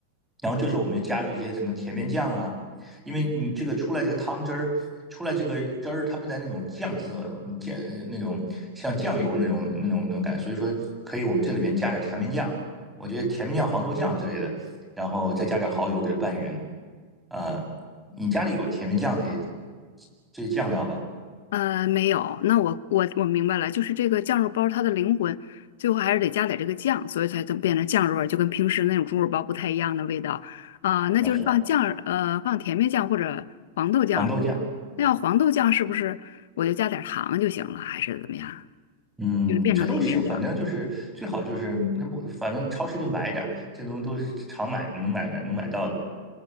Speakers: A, in the centre; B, on the left.
A: 然后这时候我们就加入一些什么甜面酱啊，因为你这个出来这个汤汁儿，出来这个汁儿，它不在那种酱色嘛，酱那种像酱油那种那种那种感觉所以说可以我们这里边加点甜面酱，我觉得甜面酱、黄豆酱之类的，然后再加点蚝油给它拌匀。呃，你家里有甜面酱这些这些酱料吧？
B: 呃，没有，那我我我明白了，就是这个酱肉包它的灵魂，最后还是得加点这个酱，所以才能变成酱肉味儿就跟平时那种猪肉包不太一样的味道啊，那就是放酱，
A: 要是
B: 呃，放甜面酱或者黄豆酱，
A: 黄豆酱，
B: 那要黄豆酱是不是我就加点糖就行了，还是怎么样？
A: 嗯，
B: 就是变成甜面酱。
A: 这都行，反正就是最好就是那不，反正超市就买点儿呗，这东西都是常买能买买能买到的，